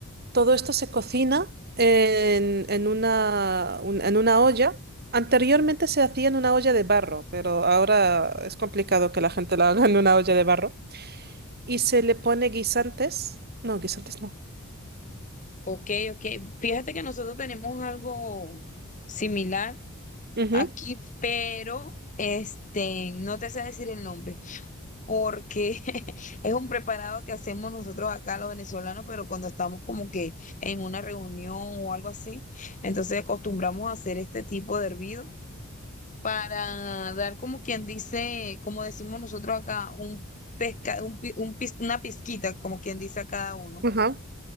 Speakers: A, on the right; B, on the left.
A: todo esto se cocina en, en una, un- en una olla. Anteriormente se hacía en una olla de barro, pero ahora es complicado que la gente la haga en una olla de barro. Y se le pone guisantes. No, guisantes no.
B: Ok, ok. Fíjate que nosotros tenemos algo similar
A: Ujú,
B: aquí, pero este, no te sé decir el nombre, porque <laughs> es un preparado que hacemos nosotros acá los venezolanos, pero cuando estamos como que en una reunión o algo así, entonces acostumbramos a hacer este tipo de hervido para dar como quien dice, como decimos nosotros acá, un pesca, un pi- un pis- una pizquita, como quien dice a cada uno.
A: ujú. Ajá.